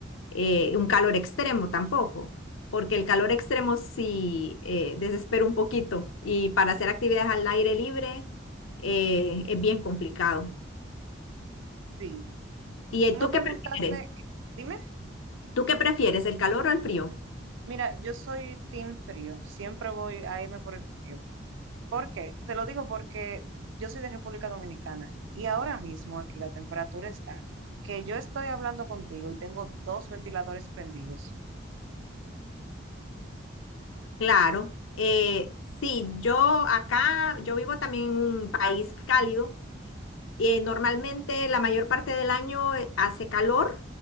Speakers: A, on the left (about 80°); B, on the right (about 75°).
A: eh, un calor extremo tampoco, porque el calor extremo sí eh, desespera un poquito y para hacer actividades al aire libre eh, es bien complicado.
B: Sí.
A: ¿Y eh,
B: Tú
A: tú
B: me preguntaste,
A: qué prefieres?
B: que- dime,
A: ¿Tú qué prefieres, el calor o el frío?
B: mira, yo soy team frío, siempre voy a irme por el frío. ¿Por qué? Te lo digo porque yo soy de República Dominicana y ahora mismo aquí la temperatura está que yo estoy hablando contigo y tengo dos ventiladores prendidos.
A: Claro, eh, sí, yo acá, yo vivo también en un país cálido. Eh, normalmente la mayor parte del año eh, hace calor